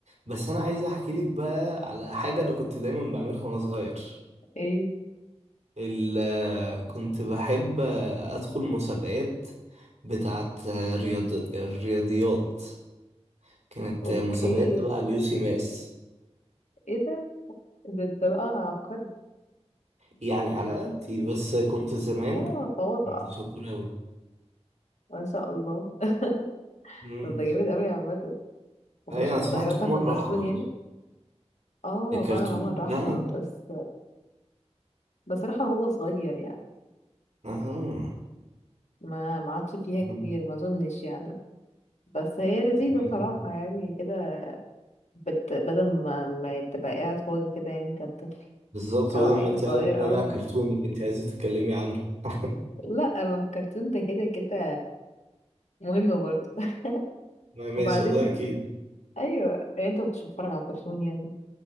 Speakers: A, on the right; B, on the left.
A: بس انا عايز احكي لك بقى على حاجه انا كنت دايما بعملها وانا صغير
B: ايه
A: ال- كنت بحب أدخل مسابقات بتاعت رياض... الرياضيات كانت
B: اوكي
A: مسابقات تبع اليوسي ماس
B: ايه ده ده انت بقى عبقري
A: يعني على قدي بس كنت زمان
B: اه تواضع
A: كنت شاطر أوي
B: ما شاء الله <laughs>
A: امم
B: طب ده جميل قوي عامة ما
A: أي
B: كنتش
A: أنا
B: بتضيع
A: سمعت
B: وقتها
A: عمر
B: في الكرتون
A: راحة برضه
B: يعني اه
A: الكرتون
B: فعلا عمر راحة
A: لا أنا
B: بس بصراحة هو صغير يعني
A: أها
B: ما ما عادش فيها
A: مم.
B: كتير ما اظنش يعني بس هي لذيذة
A: تمام
B: بصراحة يعني كده بت... بدل ما ما تبقى قاعد فاضي كده يعني كطفل
A: بالظبط
B: او
A: بدل
B: يعني
A: ما أنت
B: صغير
A: قاعدة تتفرجي
B: او يعني.
A: على الكرتون اللي أنت عايزة تتكلمي عنه <laughs>
B: لا ما الكرتون ده كده كده مهم برضه <laughs>
A: ماشي
B: وبعدين
A: وده أكيد
B: ايوه يعني انت ما كنتش بتتفرج على كرتون يعني